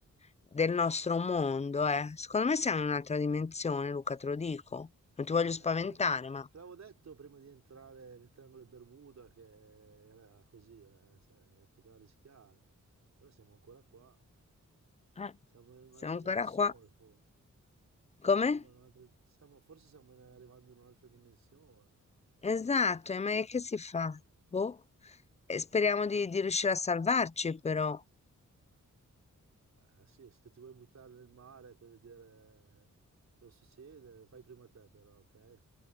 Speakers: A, on the left; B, on the right.
A: del nostro mondo, eh. Secondo me siamo in un'altra dimensione, Luca, te lo dico. Non ti voglio spaventare,
B: Eh,
A: ma
B: te l'avevo detto prima di entrare nel triangolo di Bermuda che era così, eh, cioè, poteva rischiare. Però siamo ancora qua,
A: eh,
B: siamo in un'altra
A: siamo ancora
B: dimensione
A: qua.
B: forse.
A: Come?
B: Siamo in un'altra- siamo- forse stiamo arrivando in un'altra dimensione.
A: Esatto, e ma che si fa? Boh. E speriamo di, di riuscire a salvarci, però.
B: Eh sì, se ti vuoi buttare nel mare per vedere cosa succede, fai prima te però, ok?